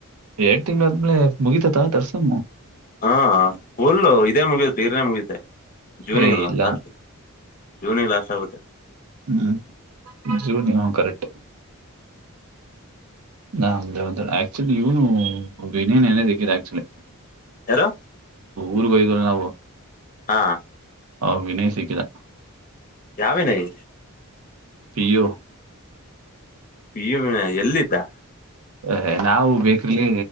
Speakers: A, on the right; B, on the left.
A: ಎರಡ್ ತಿಂಗ್ಳ ಆದ್ಮೇಲೆ ಮುಗಿತತ ತರ್ಸಮ್ಮ
B: ಹಾ ಹುಲ್ಲು ಇದೇ ಮುಗುತ್ತೆ ಗರ್ನೇ ಮುಗಿತೆ ಜವನಿ
A: ಏ
B: ಇಲ್ವಾ
A: ಇಲ್ಲ
B: ನಾಷ್ಟು ಜೂನಿಗೆ ಲಾಸ್ಟ್ ಆಗುತ್ತೆ
A: ಹ್ಮಞ ಜೂನ ಹ ಕರೆಕ್ಟ್ ನಾೇವ ಆಕ್ಚುಲಿ ಇವನು ವಿನನ್ನೇ ದಕ್ಕಿದೆ ಆಕ್ಚುಲಿ
B: ಯಾರೋ
A: ಊರ್ಗ ಹೋಯ್ವಲ್ಲ ನಾವು
B: ಹಾಂ
A: ಹ ವಿನಯ್ ಸಿಕ್ಕಿದ
B: ಯಾವ ವಿನಯ್
A: ಪಿಯು
B: ಪಿಯು ವಿನಯ್ ಎಲ್ಲಿಿದ್ದ
A: ಅಹ್ ನಾವು ಬೇಕ್ರಲ್ಲಿ